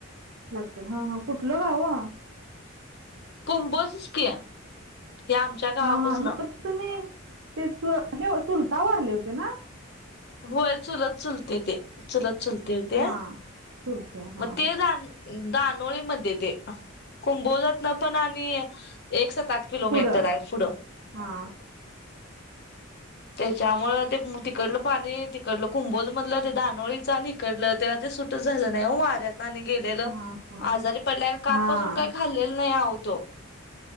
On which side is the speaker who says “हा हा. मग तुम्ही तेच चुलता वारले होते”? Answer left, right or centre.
Right